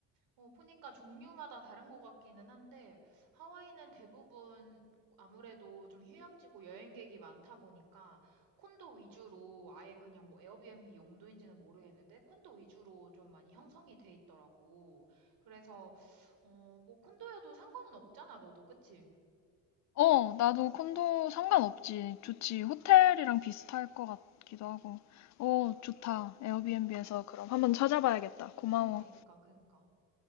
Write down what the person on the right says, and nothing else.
어, 보니까 종류마다 다른 것 같기는 한데, 하와이는 대부분 아무래도 좀 휴양지고 여행객이 많다 보니까, 콘도 위주로 아예 그냥 뭐 에어비앤비 용도인지는 모르겠는데, 콘도 위주로 좀 많이 형성이 돼 있더라고. 그래서, 어, 뭐 콘도여도 상관은 없잖아, 너도, 그치?
음,
어, 그니까, 그니까.